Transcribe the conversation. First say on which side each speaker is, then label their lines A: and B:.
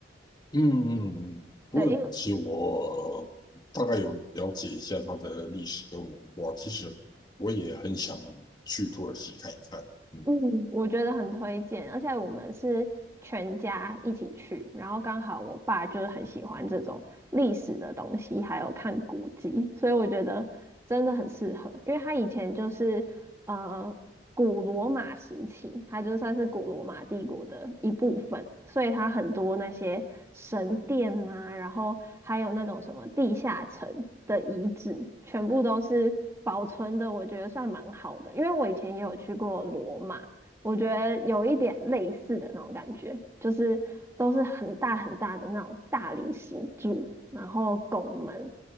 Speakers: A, on the left (about 25°); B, on the right (about 15°).
A: 嗯嗯嗯，土耳其我大概有了解一下它的历史跟文化，
B: 对，因为
A: 其实我也很想去土耳其看一看。嗯，
B: 嗯，我觉得很推荐，而且我们是全家一起去，然后刚好我爸就是很喜欢这种历史的东西，还有看古迹，所以我觉得真的很适合，因为他以前就是呃古罗马时期，它就算是古罗马帝国的一部分，所以它很多那些神殿啊，然后还有那种什么地下城的遗址，全部都是保存的，我觉得算蛮好的。因为我以前也有去过罗马，我觉得有一点类似的那种感觉，就是都是很大很大的那种大理石柱，然后拱门